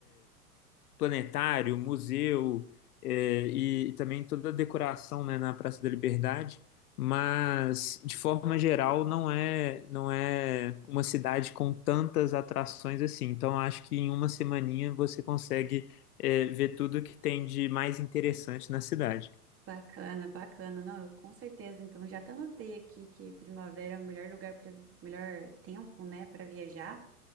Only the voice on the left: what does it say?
planetário, museu, eh, e também toda a decoração, né, na Praça da Liberdade, mas de forma geral não é não é uma cidade com tantas atrações assim. Então acho que em uma semaninha você consegue eh, ver tudo que tem de mais interessante na cidade.